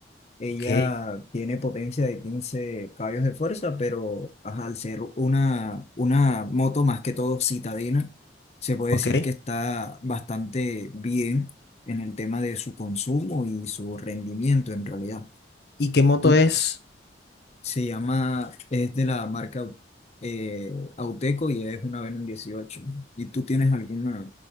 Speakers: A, on the left (about 35°); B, on the left (about 60°).
A: ella
B: Ok.
A: tiene potencia de 15 caballos de fuerza, pero ajá, al ser una, una moto más que todo citadina, se puede
B: Ok.
A: decir que está bastante bien en el tema de su consumo y su rendimiento en realidad.
B: ¿Y qué moto
A: Tú-
B: es?
A: se llama, es de la marca eh, Auteco y es una Venom dieciocho. ¿Y tú tienes alguna,